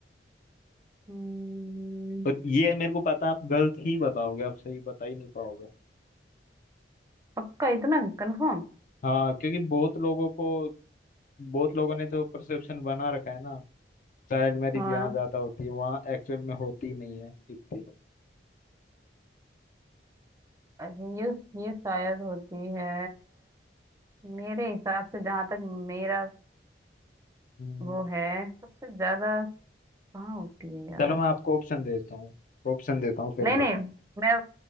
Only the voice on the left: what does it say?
और ये मेरे को पता है आप गलत ही बताओगे आप सही बता ही नहीं पाओगे
हाँ क्योंकि बहुत लोगों को बहुत लोगों ने जो परसेप्शन बना रखा है ना चाइल्ड मैरिज
यहाँ ज्यादा होती है वहाँ एक्चुअल में होती नहीं है इतनी
हम्म,
चलो मैं आपको ऑप्शन देता हूँ ऑप्शन देता हूँ फिर
बताओ